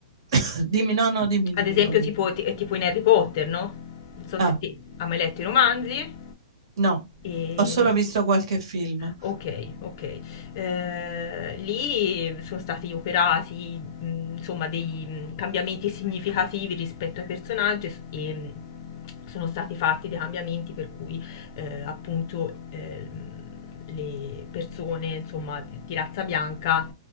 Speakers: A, on the right; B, on the left.
A: <coughs> dimmi, no, no, dimmi, dimmi.
B: ad esempio
A: che poi continu-
B: tipo, ti- tipo in Harry Potter, no? Non so
A: Ah,
B: se ti, hai mai letto i romanzi.
A: no,
B: E
A: ho solo
B: non-
A: visto qualche film.
B: Ok, ok. Eh, lì sono stati operati, mh, insomma, dei mh, cambiamenti significativi rispetto ai personaggi s- e mh, sono stati fatti dei cambiamenti per cui eh, appunto ehm, le persone, insomma, di di razza bianca,